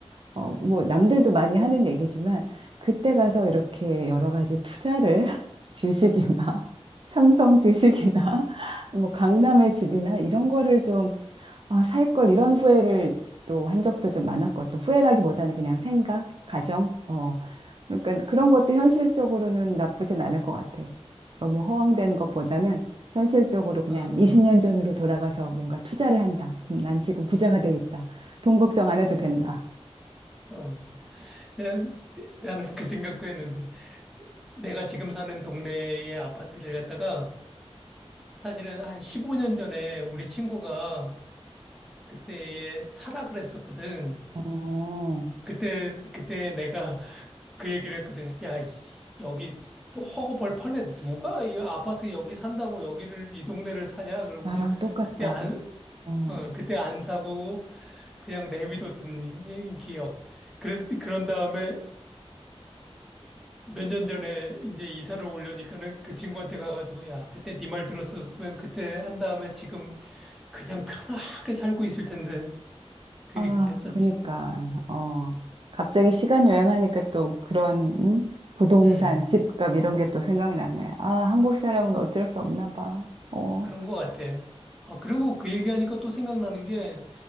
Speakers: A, on the right; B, in the centre.
A: 어, 뭐, 남들도 많이 하는 얘기지만, 그때 가서 이렇게 여러 가지 투자를, <laughs> 주식이나, <laughs> 삼성 주식이나, <laughs> 뭐, 강남의 집이나, 이런 거를 좀 아, 살 걸 이런 후회를 또 한 적도 좀 많았고, 또 후회라기보다는 그냥 생각, 가정, 어. 그러니까 그런 것도 현실적으로는 나쁘진 않을 것 같아. 너무 허황된 것보다는 현실적으로 그냥
B: 아,
A: 20년 전으로 돌아가서 뭔가 투자를 한다. 그럼 난 지금 부자가 돼 있다. 돈 걱정 안 해도 된다.
B: 어. 난, 나는 그 생각도 했는데. 내가 지금 사는 동네의 아파트를 갖다가 사실은 한 15년 전에 우리 친구가 그때에 사라 그랬었거든.
A: 어,
B: 그때, 그때 내가 그 얘기를 했거든. 야, 이- 여기 허허벌판에 누가 이 아파트 여기 산다고 여기를 이 동네를 사냐? 그러고선
A: 나랑 똑같다.
B: 그때 안,
A: 어.
B: 어, 그때 안 사고 그냥 내비뒀던 이- 기억. 그랬, 그런 다음에 몇 년 전에 이제 이사를 오려니까는 그 친구한테 가가지고 야, 그때 네 말 들었었으면 그때 한 다음에 지금 그냥 편하게 살고 있을 텐데 그
A: 아,
B: 얘기를 했었지.
A: 그니까, 어, 갑자기 시간 여행하니까 또 그런, 음? 부동산,
B: 음,
A: 집값 이런 게 또 생각나네. 아, 한국 사람은 어쩔 수 없나 봐. 어,
B: 그런 것 같아. 아, 그리고 그 얘기하니까 또 생각나는 게